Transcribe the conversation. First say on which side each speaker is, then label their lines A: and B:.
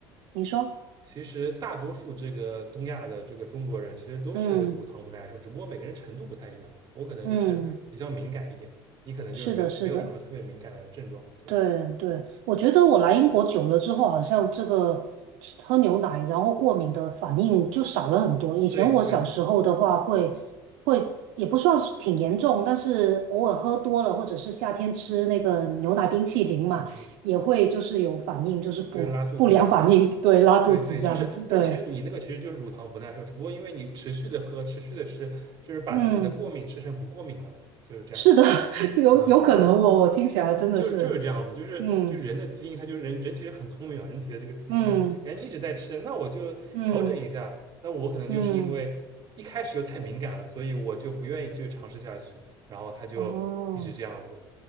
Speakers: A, on the right (about 75°); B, on the right (about 45°).
A: 你说，
B: 其实大多数这个东亚的这个中国人其实都是乳糖不耐受，
A: 嗯
B: 只不过每个人程度不太一样。我可能就是比较敏感一点，
A: 嗯，
B: 你可能就是没没有什么特别敏感的症状。
A: 是的，是的。
B: 对，
A: 对对，我觉得我来英国久了之后，好像这个吃喝牛奶然后过敏的反应就少了很多。以前我小时候的话会，
B: 对，对，
A: 会也不算是挺严重，但是偶尔喝多了，或者是夏天吃那个牛奶冰淇淋嘛，
B: 嗯嗯，
A: 也会就是有反应，就是不不良反应，
B: 就是拉肚子嘛。对，
A: 对，拉肚子这样子。
B: 对，对，就是，但其实你那个其实就是乳糖不耐受，
A: 对，
B: 只不过因为你持续的喝，持续的吃，就是把自己的过敏吃成不过敏了，
A: 嗯，
B: 就是这样子。
A: 是的，<laughs> 有有可能我我听起来真的是，
B: 嗯。就是就是这样子，就是就是人的基因，
A: 嗯
B: 它就是人人其实很聪明啊，人体的这个基因就是感觉一直在吃，
A: 嗯
B: 那我就调整一下，
A: 嗯
B: 那我可能就是因为一开始就太敏感了，
A: 嗯，
B: 所以我就不愿意继续尝试下去，然后它就一直这样子，
A: 哦。